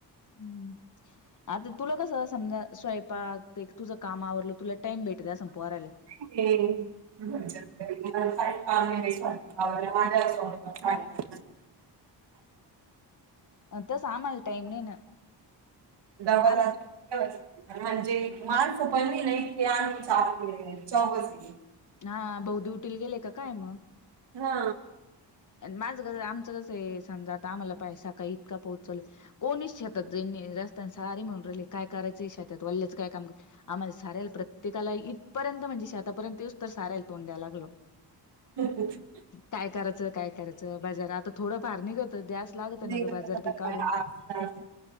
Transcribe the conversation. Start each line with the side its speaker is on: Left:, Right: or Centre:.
Left: हम्म आता तुला कस समजा स्वयंपाक ते तुझं काम आवरलं तुला टाइम भेटत असन पोराला
Right: हम्म. <unintelligible>
Left: अं, तसं आम्हाला टाइम नाही ना
Right: डबा
Left: आ
Right: <unintelligible> म्हणजे माणसं पण नाही ना ईतके आम्ही चा <unintelligible>
Left: हा बहु ड्युटीला गेले का काय मग.
Right: हा.
Left: माझं कसं आमचं कसं आहे समजा आता आम्हाला पैसा का इतका पाऊस चालु कोणी शात ज रस्त्याना सारीे म्हणून राहिले काय करायच शातात वल्ल्याचं काय काम आम्हाला सारायला प्रत्येकाला इथपर्यंत म्हणजे शेतापर्यंतच तर सारायला तोंड द्याय लागल.
Right: <unintelligible>
Left: काय करायचं काय करायचं बाजार आता थोडं फार निघतं दॅस लागत
Right: नाही
Left: ना ग?
Right: करायचं
Left: बाजार बी
Right: तर काय,
Left: काढून.
Right: आज नाही